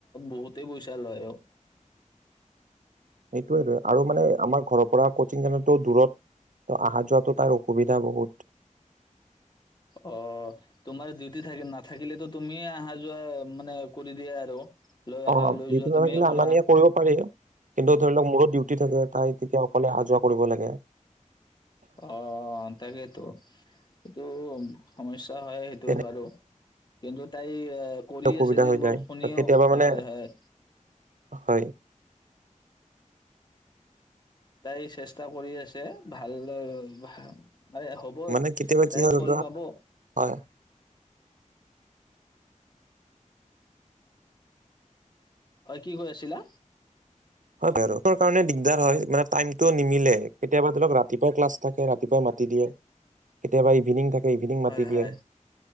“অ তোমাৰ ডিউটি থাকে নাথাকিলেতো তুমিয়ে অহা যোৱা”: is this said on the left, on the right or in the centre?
Left